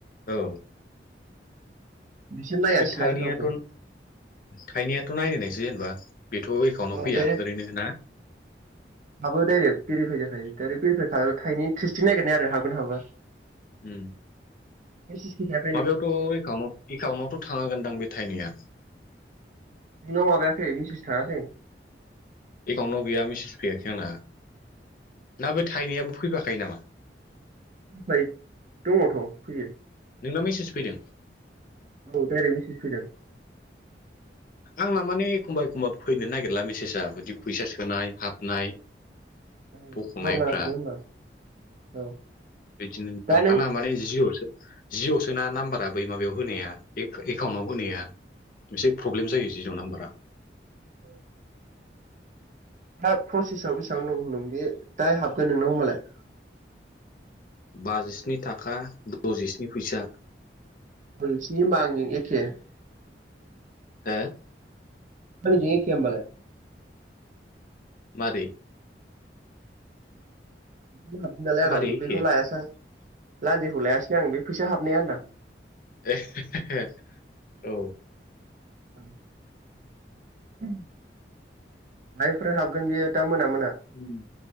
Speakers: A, on the left (about 50°); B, on the right (about 40°).
A: औ
B: बिसोर नायासैना
A: बे थाइनैयाथ'
B: रावबो।
A: थाइनैयाथ' नायलनायसै जेनेबा बेथ' एकाउन्टाव फैया
B: डाइरेक्ट
A: ओरैनो ना?
B: हाबो डाइरेक्ट भेरिफाइ जाखायो डाइरेक्ट भेरिफाइ खालामो थाइनै थ्रिस्टिं नागिरनाय आरो हाबगोन हाबा।
A: उ <inaudible>
B: बे <unintelligible>
A: माबायावथ' एकट एकाउन्टआवथ' थाङागोनदां बे थाइनैया।
B: नोंनाव माबायाखै मेसेस थाङाखै?
A: एकाउन्टाव गैया मेसेज फैयाखै आंना ना बे थाइनैयाबो फैफाखायो नामा?
B: फ्राय दङथ' फैयो।
A: नोंना मेसेज फैदों?
B: औ दडाइरेक्ट मेसेज फैदों।
A: आंना माने एखमबा एखमबा फैनो नागिरला मेसेजआ बिदि फैसा सोनाय हाबनाय
B: खबर
A: बख'नायफ्रा
B: नाङाखैबो होमबा औ
A: बिदिनो दां
B: दा नों
A: आर ना माने जिरसो जिअसो ना नाम्बारा बै माबायाव होनाया एकाउन्टाव होनाया? एसे प्रब्लेम जायो जिअ' नाम्बारा।
B: औ <inaudible> दा प्रसेसआव बेसेबां दं नोंनाव बे दाहाय हाबगोन नोंनाव होनबालाय।
A: बाजिस्नि थाखा द'जिस्नि फैसा।
B: बसे हब आंजों एखे। <unintelligible>
A: हा
B: आंनिजों एखे होनबालाय।
A: मारै
B: नो हाबसै नालाय
A: मारै
B: आं
A: एखे
B: बेखौ लायासै आं लान्जेखौ लायासै आं बे फैसा हाबनाया होनदां
A: <unintelligible> औ।
B: औ। हायफोर हाबगोन बियो दा मोना मोना।
A: ओम